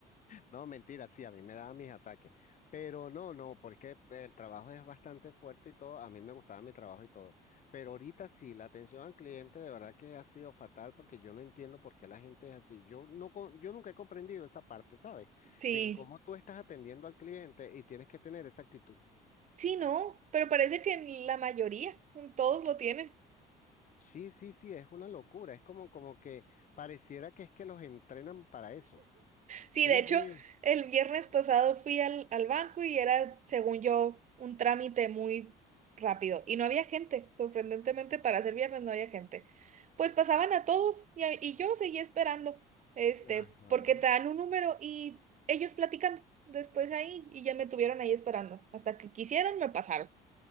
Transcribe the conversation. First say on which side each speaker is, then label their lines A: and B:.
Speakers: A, on the left (about 50°); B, on the right (about 45°).
A: No, mentira, sí, a mí me daban mis ataques. Pero no, no, porque el trabajo es bastante fuerte y todo. A mí me gustaba mi trabajo y todo. Pero ahorita sí, la atención al cliente de verdad que ha sido fatal porque yo no entiendo por qué la gente es así. Yo no, con- yo nunca he comprendido esa parte, ¿sabes?
B: Sí,
A: De que cómo tú estás atendiendo al cliente y tienes que tener esa actitud.
B: sí, no, pero parece que en la mayoría, en todos lo tienen.
A: Sí, sí, sí, es una locura. Es como, como que pareciera que es que los entrenan para eso.
B: Sí,
A: Sí,
B: de hecho,
A: sí.
B: el viernes pasado fui al, al banco y era, según yo, un trámite muy rápido. Y no había gente, sorprendentemente para ser viernes no había gente. Pues pasaban a todos y, a- y yo seguía esperando, este,
A: Ajá.
B: porque te dan un número y ellos platicando después ahí y ya me tuvieron ahí esperando. Hasta que quisieron, me pasaron.